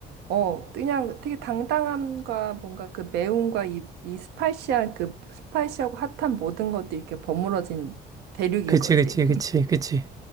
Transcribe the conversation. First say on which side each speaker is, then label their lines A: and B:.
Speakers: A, on the right (about 75°); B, on the right (about 20°).
A: 어, 그냥 되게 당당함과 뭔가 그 매움과 이, 이 스파이시한 그 스파이시하고 핫한 모든 것들이 이렇게 버무러진 대륙인
B: 그치,
A: 거지.
B: 그치, 그치, 그치.